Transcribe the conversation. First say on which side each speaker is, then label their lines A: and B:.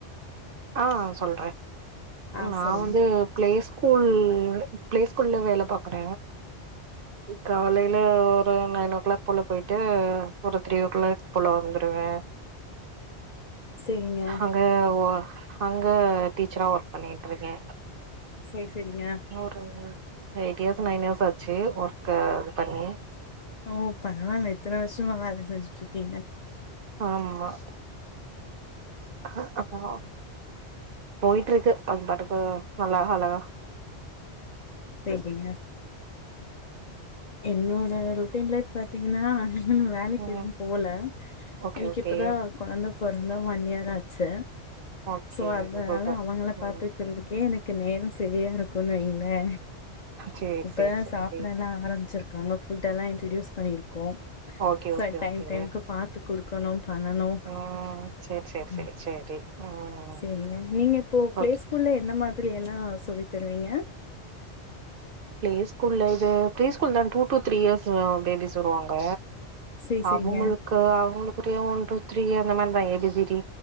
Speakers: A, on the right (about 60°); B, on the left (about 50°).
A: ஆ சொல்ற
B: ஆ
A: நா
B: சொல்லுங்க
A: வந்து பிளே ஸ்கூல் பிளே ஸ்கூல்ல வேல பாக்குற காலைல ஒரு நைன் ஓ கிளாக் போல போய்ட்டு ஒரு த்ரீ ஓ கிளாக் போல வந்துருவே
B: செரிங்க
A: அங்க ஓ அங்க டீச்சரா ஒர்க் பண்ணிட்ருக்கே
B: செரி செரிங்க
A: ஒரு எயிட் இயர்ஸ் நைன் இயர்ஸ் ஆச்சு ஒர்க்க இது பண்ணி
B: ஓ பரவால்ல இத்தன வர்ஷமா வேல செஞ்சுட்ருக்கீங்க
A: ஆமா <unintelligible> போயட்ருக்கு அது பாட்டுக்கு நல்லா அலகா
B: செரிங்க என்னோட ரொட்டீன் லைஃப் பாத்தீங்கன்னா <unintelligible> வேலைக்கு
A: ம்
B: எதுவு போல
A: ஓகே
B: எனக்கு
A: ஓகே
B: இப்பதா கொழந்த போறந்தா ஒன் இயர் ஆச்சு
A: ஓகே
B: சோ அதனால
A: குட்
B: அவங்கள
A: ம்
B: பாத்துக்குறதுக்கே எனக் கு நேரோ சரியா இருக்குன் வைங்லே
A: சேரி
B: இப்பதா
A: சேரி சேரி
B: சாப்டலா ஆரம்பிச்சிருக்காங்க ஃபுட்டல்லா இன்ட்ரடியூஸ் பண்ணிருக்கோம்
A: okay
B: sir
A: okay
B: time
A: okay
B: டைம்க்கு பாத்து குடுக்கணும் பண்ணணு
A: ம் சேரி சேரி
B: அ
A: சேரி சேரி ம்
B: செரிங்க நீங்க இப்போ பிளே
A: ஓகே
B: ஸ்கூல்ல என்ன மாதிரியல்லா சொல்லி தருவீங்க
A: ப்ளே ஸ்கூல்ல இது ப்ளே ஸ்கூல் தான் two two three years babies வருவாங்க
B: சேரி சேரிங்க
A: அவுங்களுக் கு அவுங்களுக்குரிய ஒன் டூ த்ரீ அந்த மாரிதா ஏபிசிடி